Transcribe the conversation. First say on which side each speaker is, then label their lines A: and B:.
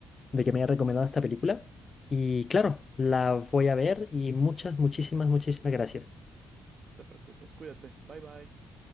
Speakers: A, on the left; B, on the right.
A: de que me haya recomendado esta película. Y claro, la voy a ver y muchas, muchísimas, muchísimas gracias.
B: No te preocupes, cuídate. Bye, bye.